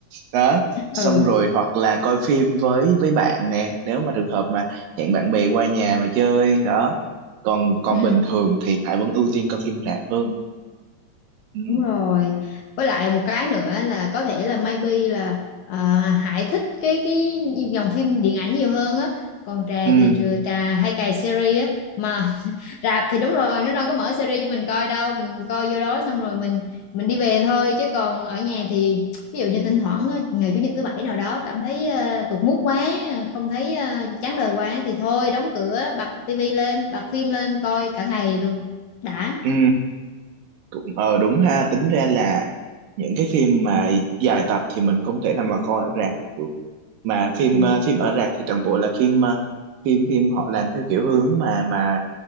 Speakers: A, on the right; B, on the left.
A: đó
B: ừ,
A: xong rồi hoặc là coi phim với với bạn nè nếu mà trường hợp mà hẹn bạn bè qua nhà mà chơi đó còn còn
B: ừ.
A: bình thường thì Hải vẫn ưu tiên coi phim rạp hơn ừ.
B: Đúng rồi. Với lại một cái nữa là có thể là maybe là à, Hải thích cái cái dòng phim điện ảnh nhiều hơn á. Còn Trà
A: Ừ.
B: thì trừ- Trà hay cày series á mà <laughs> rạp thì đúng rồi nó đâu có mở series cho mình coi đâu mình coi vô đó xong rồi mình mình đi về thôi chứ còn ở nhà thì ví dụ như thỉnh thoảng á, ngày chủ nhật thứ bảy nào đó cảm thấy ờ, tụt mood quá à, không thấy ờ, chán đời quá thì thôi đóng cửa bật tivi lên bật phim lên coi cả ngày luôn đã
A: Ừ. cũng ờ đúng ha tính ra là những cái phim mà dài tập thì mình không thể nào mà coi ở rạp được mà phim
B: Ừ.
A: ờ, phim ở rạp thì toàn bộ là phim ờ, phim phim họ làm theo kiểu hướng mà mà